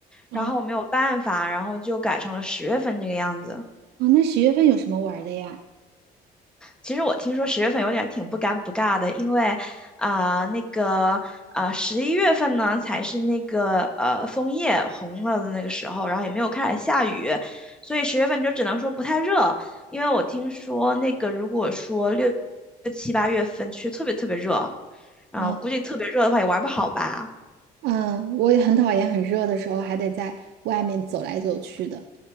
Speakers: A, on the right; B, in the centre.
A: 哦
B: 然后我没有办法，然后就改成了十月份这个样子。
A: 哦，那十月份有什么玩儿的呀？
B: 其实我听说十月份有点挺不尴不尬的，因为，啊、那个，啊十一月份呢才是那个呃枫叶红了的那个时候，然后也没有开始下雨，所以十月份就只能说不太热。因为我听说那个如果说六七八月份去特别特别热，啊、
A: 哦，
B: 我估计特别热的话也玩不好吧。
A: 嗯，我也很讨厌很热的时候还得在外面走来走去的。